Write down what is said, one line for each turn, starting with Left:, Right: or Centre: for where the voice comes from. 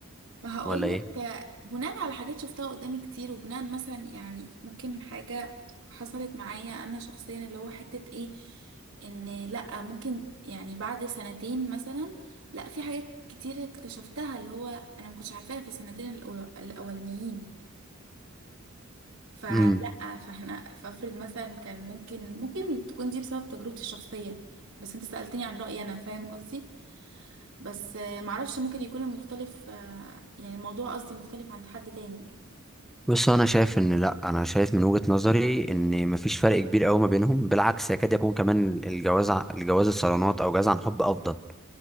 Right: ما هقولك
Centre: ولا ايه
Right: آه، بناء على حاجات شفتها قدامي كتير وبناء مثلا يعني ممكن حاجة حصلت معايا انا شخصيا اللي هو حتة ايه ان لا ممكن يعني بعد سنتين مثلا لا في حاجات كتير اكتشفتها اللي هو انا ما كنتش عارفاها في السنتين الأول- الاولانيين فلا
Centre: مم.
Right: فاحنا فافرض مثلا كان ممكن ممكن تكون دي بسبب تجربتي الشخصية بس انت سألتني عن رأيي انا فاهم قصدي بس آه، معرفش ممكن يكون المختلف آه، يعني الموضوع قصدي مختلف عند حد تاني
Centre: بص انا شايف ان لا انا شايف من وجهة نظري ان مفيش فرق كبير قوي ما بينهم بالعكس يكاد يكون كمان الجواز ع- الجواز الصالونات او جواز عن حب افضل